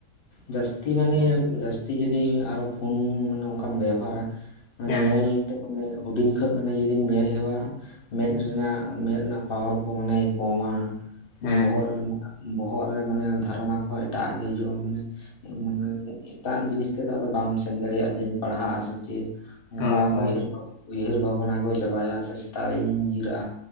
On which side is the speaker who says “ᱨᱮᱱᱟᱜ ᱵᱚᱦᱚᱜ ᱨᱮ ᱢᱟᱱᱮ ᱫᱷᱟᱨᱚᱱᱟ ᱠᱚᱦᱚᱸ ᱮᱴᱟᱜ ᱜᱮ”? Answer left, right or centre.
Left